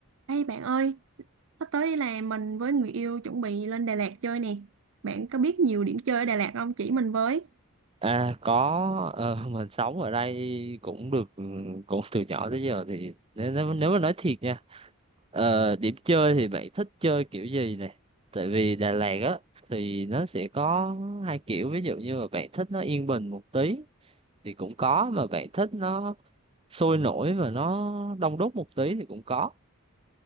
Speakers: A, on the right (about 60°); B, on the right (about 25°).
A: Ê bạn ơi, sắp tới là mình với người yêu chuẩn bị lên Đà Lạt chơi nè. Bạn có biết nhiều điểm chơi ở Đà Lạt không? Chỉ mình với.
B: À có ờ, <laughs> mình sống ở đây cũng được ừ, cũng từ nhỏ tới giờ thì nếu nếu nếu mà nói thiệt nha ờ, điểm chơi thì bạn thích chơi kiểu gì này tại vì Đà Lạt á thì nó sẽ có hai kiểu ví dụ như mà bạn thích nó yên bình một tí thì cũng có mà bạn thích nó sôi nổi và nó đông đúc một tí thì cũng có